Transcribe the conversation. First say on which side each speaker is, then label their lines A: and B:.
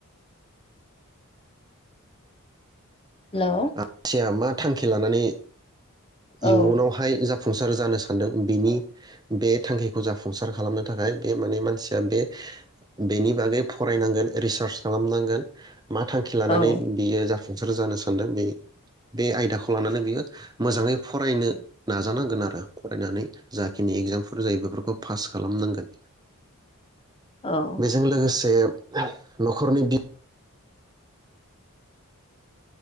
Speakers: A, on the left; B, on the right.
A: हेलौ।
B: मानसिया मा थांखि लानानै इयुनावहाय
A: औ
B: जा फुंसार जानो सानदों बेनि बे थांखिखौ जाफुंसार खालामनो थाखाय बे माने मानसिया बे बेनि बागै फरायनांगोन रिसार्च खालामनांगोन। मा थांखि लानानै
A: औ
B: बियो जाफु फुंसार जानो सा सानदों बे बे आयदाखौ लानानै बियो मोजाङै फरायनो नाजानांगोन आरो फरायनानै जाखिनि एकजामफोर जायो बेफोरखौ फास खालामनांगोन।
A: औ
B: बेजों लोगोसे न'खरनि बि